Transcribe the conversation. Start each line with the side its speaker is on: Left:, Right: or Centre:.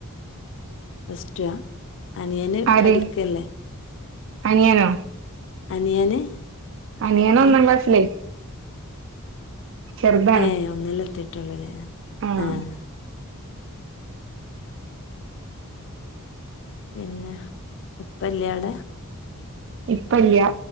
Left: പ്ലസ് ടു അനിയന്
Right: ആര്
Left: പഠിക്കല്ലേ
Right: അനിയനോ
Left: അനിയന്.
Right: അനിയന് ഒന്നാം
Left: ആ
Right: ക്ലാസ്സിലേ ചെറുതാണ്
Left: ഏ ഒന്നില എത്തിട്ടുള്ളൂല്ലേ
Right: ആഹ്
Left: ആഹ പിന്നെ ഉപ്പല്ലടെ
Right: ഇപ്പല്ല്യാ